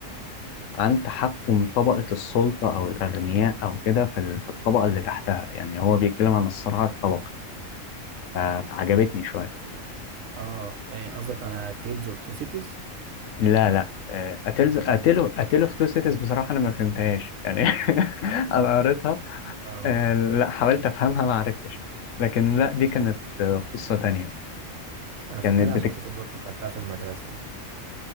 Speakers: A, on the left (about 75°); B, on the right (about 80°).
A: عن تحكم طبقة السلطة أو الأغنياء أو كده في ال- في الطبقة اللي تحتها يعني هو بيتكلم عن الصراع الطبقي ف- فعجبتني شوية
B: اه إيه قصدك على تيلز اوف تو سيتيز
A: لا لا آه، أتلز أتلو أتلو في تو سيتيز بصراحة أنا ما فهمتهاش يعني <laughs> أنا قريتها
B: اه
A: آه، لا حاولت أفهمها ما عرفتش لكن لا دي كانت آه، قصة تانية
B: انا فاكرها
A: كانت
B: عشان
A: بتك...
B: خاطر برضه خدتها في المدرسه يعني.